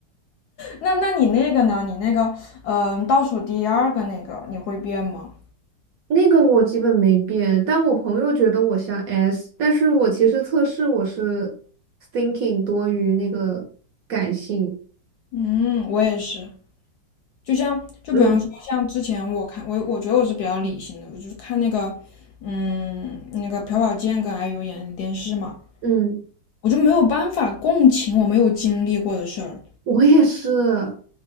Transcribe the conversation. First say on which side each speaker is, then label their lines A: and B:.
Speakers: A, on the left; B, on the right.
A: 那那你那个呢？你那个，嗯、倒数第二个那个，你会变吗？
B: 那个我基本没变，但我朋友觉得我像 S，但是我其实测试我是 thinking 多于那个感性。
A: 嗯，我也是。就像就比方说像之前我看我我觉得我是比较理性的，
B: 嗯
A: 我就是看那个嗯那个朴宝剑跟 IU 演的电视嘛，
B: 嗯，
A: 我就没有办法共情我没有经历过的事儿，
B: 我也是，